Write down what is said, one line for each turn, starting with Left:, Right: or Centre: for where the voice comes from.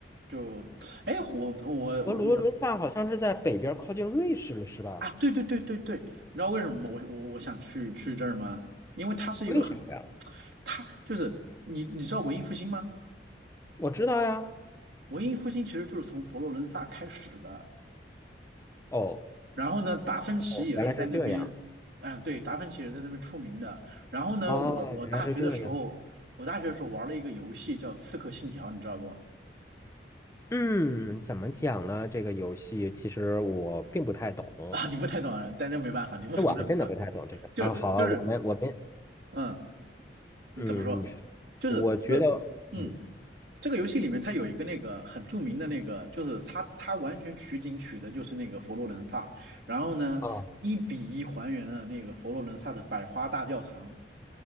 Right: 就哎我我我
Left: 佛罗伦萨好像是在北边靠近瑞士了，是吧？
Right: 啊对对对对对，你知道为什么吗我我我想去去这儿吗？因为它是一个很
Left: 为啥呀？
Right: 它就是你你知道文艺复兴吗？
Left: 我知道呀。
Right: 文艺复兴其实就是从佛罗伦萨开始的。
Left: 哦
Right: 然后呢，达芬奇也是在那边，
Left: 哦，原来是这样。
Right: 啊，对，达芬奇也是在那边出名的。然后呢，
Left: 哦，
Right: 我我大学的时候，
Left: 原来是这样。
Right: 我大学的时候玩了一个游戏叫《刺客信条》，你知道不？<laughs>
Left: 嗯，怎么讲呢？这个游戏其实我并不太懂，
Right: 啊，你不太懂啊，但那没办法，你不懂那没办法，
Left: 这我还真的不太懂这个。
Right: 就是就是，
Left: 啊，好啊我们我们，
Right: 嗯，你怎么说？
Left: 嗯，你说，
Right: 就是就是，
Left: 我觉得，
Right: 嗯，
Left: 嗯
Right: 这个游戏里面它有一个那个很著名的那个，就是它它完全取景取的就是那个佛罗伦萨，然后呢，
Left: 啊，
Right: 一比一还原了那个佛罗伦萨的百花大教堂。